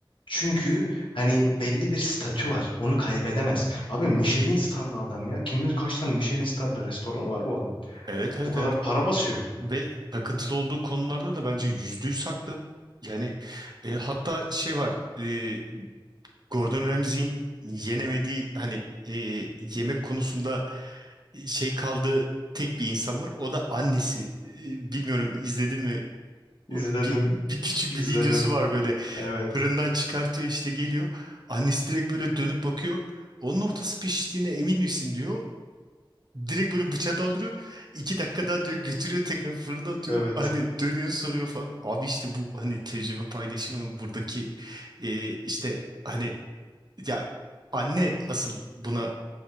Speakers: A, on the left; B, on the right.
A: Çünkü hani belli bir statü var. Onu kaybedemez. Abi Michelin starlı adam ya. Kim bilir kaç tane Michelin starlı restoranı var bu adam.
B: Evet, evet,
A: Bu kadar
B: evet,
A: para
B: evet.
A: basıyor.
B: Ve takıntılı olduğu konularda da bence yüzde yüz haklı. Yani e, hatta şey var. e, Gordon Ramsay'in yenemediği hani e, yemek konusunda e, şey kaldığı tek bir insan var. O da annesi. E, bilmiyorum izledin mi?
A: İzledim,
B: O bir, bir küçük
A: izledim.
B: bir videosu var böyle.
A: Evet,
B: Fırından çıkartıyor işte geliyor. Annesi direkt böyle dönüp bakıyor. Onun ortası piştiğine emin misin diyor. Direkt böyle bıçağı daldırıyor. İki dakika daha diyor götürüyor tekrar fırına atıyor.
A: evet.
B: Hani dönüyor soruyor falan. Abi işte bu hani tecrübe paylaşımı buradaki e, işte hani ya anne asıl buna